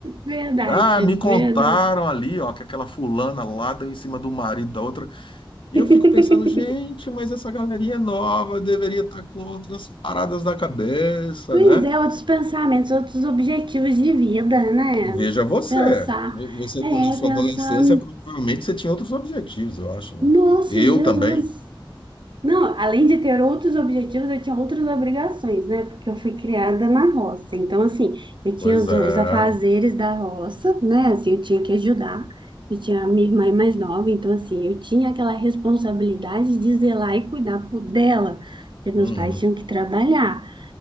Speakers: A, on the right; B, on the left.
A: Verdade,
B: Ah, me contaram
A: verdade.
B: ali, ó, que aquela fulana lá deu em cima do marido da outra. E
A: <laughs>
B: eu fico pensando, gente, mas essa galerinha é nova deveria estar com outras paradas da cabeça,
A: Pois
B: né?
A: é, outros pensamentos, outros objetivos de vida, né?
B: Veja você.
A: Pensar,
B: Vo- Você,
A: é,
B: quando na sua
A: pensar,
B: adolescência, provavelmente você tinha outros objetivos, eu acho, né?
A: nossa,
B: Eu
A: Jesus.
B: também.
A: Não, além de ter outros objetivos, eu tinha outras obrigações, né? Porque eu fui criada na roça. Então, assim, eu tinha
B: Pois
A: os,
B: é.
A: os afazeres da roça, né? Assim, eu tinha que ajudar. Eu tinha a minha irmã é mais nova, então, assim, eu tinha aquela responsabilidade de zelar e cuidar por- dela, porque
B: Uhum.
A: meus pais tinham que trabalhar.